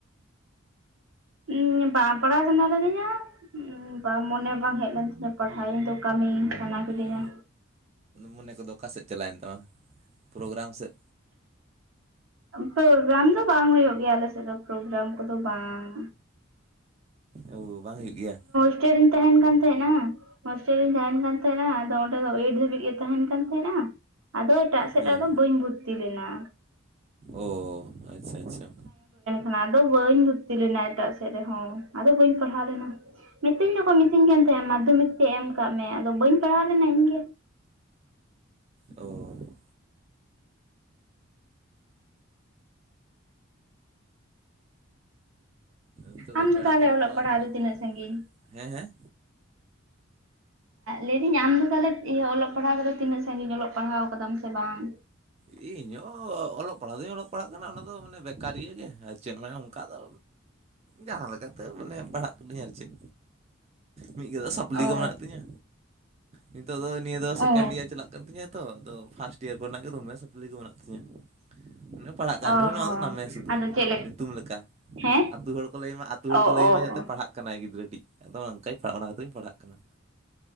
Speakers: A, on the right; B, on the right.
A: ᱩᱢ ᱵᱟᱝ ᱯᱟᱲᱦᱟᱜ ᱥᱟᱱᱟ ᱞᱤᱫᱤᱧᱟ᱾ ᱩᱸ ᱵᱟᱝ ᱢᱚᱱᱮ ᱵᱟᱝ ᱦᱮᱡ ᱞᱮᱱ ᱛᱤᱧᱟᱹ ᱯᱟᱲᱦᱟᱣ ᱤᱧ ᱫᱚ ᱠᱟᱹᱢᱤ ᱥᱟᱱᱟ ᱠᱤᱫᱤᱧᱟ
B: ᱚ ᱢᱚᱱᱮ ᱠᱚᱫᱚ ᱚᱠᱟ ᱥᱮᱫ ᱪᱟᱞᱟᱣᱮᱱ ᱛᱟᱢᱟ ᱯᱨᱳᱜᱨᱟᱢ ᱥᱮᱫ
A: ᱯᱨᱳᱜᱨᱟᱢ ᱫᱚ ᱵᱟᱝ ᱦᱩᱭᱩᱜ ᱜᱮᱭᱟ ᱟᱞᱮ ᱥᱮᱫ ᱫᱚ ᱯᱨᱳᱜᱨᱟᱢ ᱠᱚᱫᱚ ᱵᱟᱝ
B: ᱚ ᱵᱟᱝ ᱦᱩᱭᱩᱜ ᱜᱮᱭᱟ
A: ᱦᱚᱥᱴᱮᱞ ᱨᱤᱧ ᱛᱟᱦᱮᱱ ᱠᱟᱱ ᱛᱟᱦᱮᱱᱟ ᱦᱚᱥᱴᱮᱞ ᱨᱤᱧ ᱠᱟᱱ ᱛᱟᱦᱮᱸᱱᱟ ᱟᱫᱚ ᱚᱸᱰᱮ ᱫᱚ ᱮᱭᱤᱴ ᱫᱷᱟᱹᱵᱤᱡ ᱜᱮ ᱛᱟᱦᱮ ᱠᱟᱱ ᱛᱟᱦᱮᱸᱱᱟ ᱟᱫᱚ ᱮᱴᱟᱜ ᱥᱮᱫ
B: ᱦᱮᱸ
A: ᱨᱮᱫᱚ ᱵᱟᱹᱧ ᱵᱷᱩᱨᱛᱤ ᱞᱮᱱᱟ
B: ᱚ ᱟᱪᱪᱷᱟ ᱟᱪᱪᱷᱟ
A: ᱚᱱᱟᱫᱚ ᱵᱟᱹᱧ ᱵᱷᱩᱨᱛᱤ ᱞᱮᱱᱟ ᱮᱴᱟᱜ ᱥᱮᱫ ᱨᱮᱦᱚᱸ ᱟᱫᱚ ᱵᱟᱹᱧ ᱯᱟᱲᱦᱟᱣ ᱞᱮᱱᱟ᱾ ᱢᱤᱛᱟᱹᱧ ᱫᱚᱠᱚ ᱢᱤᱛᱟᱹᱧ ᱠᱟᱱ ᱛᱟᱦᱮᱸᱱᱟ ᱢᱟᱫᱽᱫᱷᱚᱢᱤᱠ ᱛᱮᱜ ᱮᱢ ᱠᱟᱜ ᱢᱮ ᱟᱫᱚ ᱵᱟᱹᱧ ᱯᱟᱲᱦᱟᱣ ᱞᱮᱱᱟ ᱤᱧᱜᱮ᱾
B: ᱚ ᱱᱤᱛᱚᱜ
A: ᱟᱢ
B: ᱫᱚ ᱯᱮᱲᱟ
A: ᱛᱟᱦᱚᱞᱮ
B: ᱠᱚ ᱵᱟᱠᱚ
A: ᱚᱞᱚᱜ
B: ᱞᱟᱜᱟᱜ
A: ᱯᱟᱲᱦᱟᱜ
B: ᱠᱟᱱᱟ
A: ᱫᱚ ᱛᱤᱱᱟᱹᱜ ᱥᱟᱺᱜᱤᱧ
B: ᱦᱮᱸ ᱦᱮᱸ
A: ᱞᱟᱹᱭᱫᱟᱹᱧ ᱟᱢ ᱫᱚ ᱛᱟᱦᱞᱮ ᱤᱭᱟᱹ ᱚᱞᱚᱜ ᱯᱟᱲᱦᱟᱣᱫᱚ ᱛᱤᱱᱟᱹᱜ ᱥᱟᱺᱜᱤᱧ ᱚᱞᱚᱜ ᱯᱟᱲᱦᱟᱣ ᱠᱟᱫᱟᱢ ᱥᱮ ᱵᱟᱝ
B: ᱤᱧ ᱦᱚᱸ ᱚᱞᱚᱜ ᱯᱟᱲᱦᱟᱜ ᱫᱩᱧ ᱚᱞᱚᱜ ᱯᱟᱲᱦᱟᱜ ᱠᱟᱱᱟ ᱚᱱᱟ ᱫᱚ ᱢᱟᱱᱮ ᱵᱮᱠᱟᱨᱤᱭᱟᱹ ᱜᱮ ᱟᱨ ᱪᱮᱫ ᱟᱱᱮ ᱚᱱᱠᱟ ᱫᱚ ᱡᱟᱦᱟᱸ ᱞᱮᱠᱟᱛᱮ ᱢᱟᱱᱮ ᱯᱟᱲᱦᱟᱜ ᱠᱟᱹᱱᱟᱹᱧ ᱟᱨ ᱪᱮᱫ ᱢᱤᱫ ᱜᱟᱫᱟ ᱥᱟᱯᱞᱤ
A: ᱚ
B: ᱠᱚ ᱢᱮᱱᱟᱜ ᱛᱤᱧᱟᱹ ᱱᱤᱛᱚᱜ ᱫᱚ ᱱᱤᱭᱟᱹ ᱫᱚ ᱥᱮᱠᱮᱱᱰ
A: ᱚ
B: ᱤᱭᱟᱨ ᱪᱟᱞᱟᱜ ᱠᱟᱱᱟ᱾ ᱠᱟᱱ ᱛᱤᱧᱟᱹ ᱛᱚ ᱟᱫᱚ ᱯᱷᱟᱥᱴ ᱤᱭᱟᱨ ᱠᱚᱨᱮᱱᱟᱜ ᱜᱮ ᱫᱚᱢᱮ ᱥᱟᱯᱞᱤ ᱠᱚ ᱢᱮᱱᱟᱜ ᱛᱤᱧᱟᱹ᱾ ᱚᱱᱮ ᱯᱟᱲᱦᱟᱜ ᱠᱟᱱ ᱨᱮᱦᱚᱸ
A: ᱚ
B: ᱱᱚᱣᱟ
A: ᱦᱚᱸ
B: ᱫᱚ ᱱᱟᱢᱮ ᱥᱩᱫᱷᱩ
A: ᱟᱫᱚ ᱪᱮᱫ
B: ᱧᱩᱛᱩᱢ ᱞᱮᱠᱟ᱾
A: ᱦᱮᱸ
B: ᱟᱹᱛᱩ ᱦᱚᱲ ᱠᱚ ᱞᱟᱹᱭ ᱢᱟ ᱟᱹᱛᱩ ᱦᱚᱲ
A: ᱚ
B: ᱠᱚ ᱞᱟᱹᱭ
A: ᱚ
B: ᱢᱟ ᱡᱟᱛᱮ
A: ᱚ
B: ᱯᱟᱲᱦᱟᱜ ᱠᱟᱱᱟᱭ ᱜᱤᱫᱽᱨᱟᱹ ᱴᱤᱡ᱾ ᱟᱫᱚ ᱚᱱᱠᱟ ᱯᱟᱲᱦᱟᱣᱜ ᱫᱩᱧ ᱯᱟᱲᱦᱟᱜ ᱠᱟᱱᱟ᱾